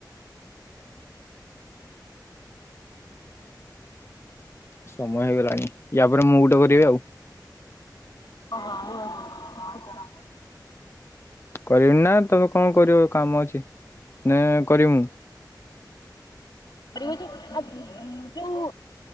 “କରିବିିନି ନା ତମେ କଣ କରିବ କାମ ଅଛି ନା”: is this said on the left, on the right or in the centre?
Left